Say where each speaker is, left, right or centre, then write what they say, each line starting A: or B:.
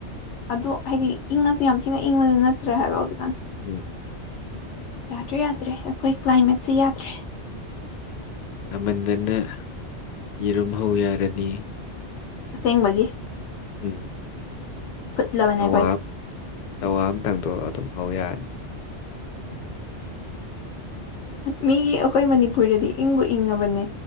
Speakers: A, on the left; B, on the left.
A: ꯑꯗꯨꯗꯣ ꯍꯥꯏꯗꯤ ꯏꯪꯉꯁꯨ ꯌꯥꯝ ꯊꯤꯅ ꯏꯪꯕꯗꯤ ꯅꯠꯇ꯭ꯔꯦ ꯍꯥꯏꯕ ꯍꯧꯖꯤꯛꯀꯥꯟ
B: ꯎꯝ
A: ꯌꯥꯗ꯭ꯔꯦ ꯌꯥꯗ꯭ꯔꯦ ꯑꯩꯈꯣꯏ ꯀ꯭ꯂꯥꯏꯃꯦꯠꯁꯦ ꯌꯥꯗ꯭ꯔꯦ
B: ꯁꯃꯟꯗꯅ ꯌꯦꯔꯨꯝꯍꯧ ꯌꯥꯔꯅꯤ
A: ꯑꯁꯦꯡꯕꯒꯤ
B: ꯎꯝ
A: ꯐꯨꯠꯂꯕꯅꯦ
B: ꯇꯋꯥ
A: ꯑꯩꯈꯣꯏꯁꯦ
B: ꯇꯋꯥ ꯑꯃꯝꯇꯪꯗꯣ ꯑꯗꯨꯝ ꯍꯧ ꯌꯥꯔꯅꯤ
A: ꯃꯤꯒꯤ ꯑꯩꯈꯣꯏ ꯃꯅꯤꯄꯨꯔꯗꯗꯤ ꯏꯪꯕꯨ ꯏꯪꯉꯕꯅꯦ